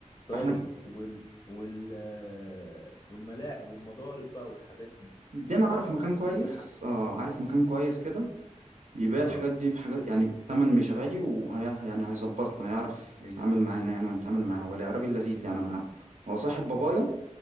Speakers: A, on the left; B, on the right.
A: طيب
B: فاحنا
A: وال وال آه، والملاعق والمضارب بقى والحاجات دي
B: دي انا اعرف
A: تعرف
B: مكان
A: حد
B: كويس
A: بيبيعها
B: اه عارف مكان كويس كده بيبيع
A: اه
B: الحاجات دي بحاجات يعني بتمن مش غالي وهي يعني هيظبطنا هيعرف يتعامل معانا يعني وهنتعامل معاه ولا راجل لذيذ يعني انا عارفه هو صاحب بابايا
A: و...